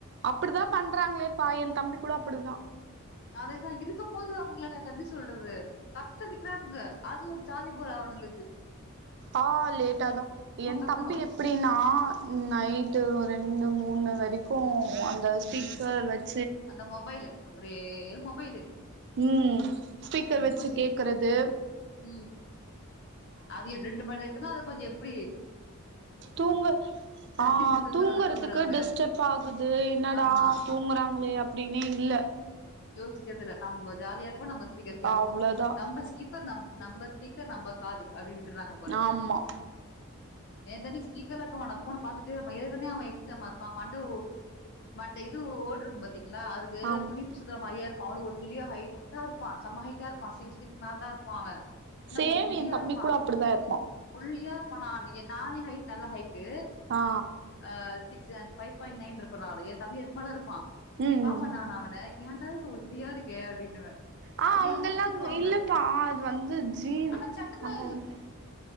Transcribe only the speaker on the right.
அபடிதா பண்றாங்களேப்பா என் தம்பி கூட அப்டிதா
ஆ லேட்டா தா என்
தம்பி எப்டின்னா நைட்டு
ரெண்டு மூணு வரைக்கு அந்த ஸ்பீக்கர் வச்
ம் ஸ்பீக்கர்
வெச்சு
கேக்கறது
தூங்க அஹ்
தூங்குறதுக்கு
டிஸ்டர்ப் ஆகுது என்னடா
தூங்குறாங்களே அப்படின் நீ இல்ல
அவ்ளோதா
ஆமா
ஆமா
சேம்
என் தம்பி
கூட அப்டிதா இருப்பா
ஆ
ம்
அஆஹ்
அவுங்கெல்லா
இங்க இல்லப்பா அது வந்து ஜீன்
அங்க வந்து